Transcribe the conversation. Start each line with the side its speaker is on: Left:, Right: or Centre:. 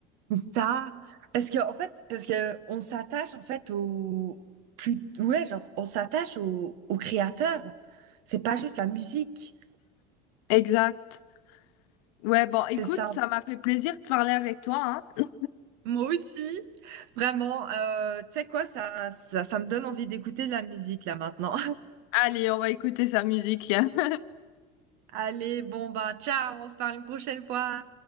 Right: Ça, parce que en fait, parce que on s'attache en fait au plus, ouais, genre on s'attache au, au créateur. C'est pas juste la musique,
Left: Exact. Ouais, bon,
Right: c'est
Left: écoute,
Right: ça.
Left: ça m'a fait plaisir de parler avec toi, hein.
Right: Moi aussi, vraiment. euh, tu sais quoi, ça, ça, ça me donne envie d'écouter de la musique là maintenant.
Left: Allez, on va écouter sa musique. <laughs>
Right: <laughs> Allez, bon bah ciao, on se parle une prochaine fois.